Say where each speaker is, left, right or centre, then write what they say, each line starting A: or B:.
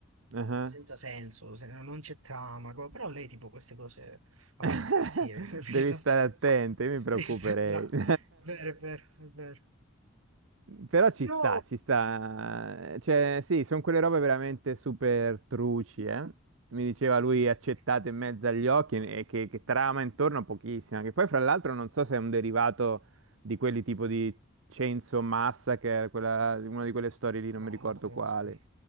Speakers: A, on the right; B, on the right.
A: Ah.
B: senza senso, se- no non c'è trama, co- però lei tipo queste cose la
A: <laughs>
B: fanno impazzire. <laughs>
A: Devi stare attenti, mi preoccuperei.
B: Devi sembra...
A: <laughs>
B: È vero, è vero, è vero.
A: Però ci
B: Io
A: sta, ci sta. Cioè, sì, sono quelle robe veramente super truci, eh. Mi diceva
B: sì,
A: lui
B: sì, sì.
A: accettate in mezzo agli occhi e che, che trama intorno pochissima. Che poi, fra l'altro, non so se è un derivato di quelli tipo di Chainsaw Massacre, quella, una di quelle storie lì, non
B: no,
A: mi ricordo
B: non conosco.
A: quale.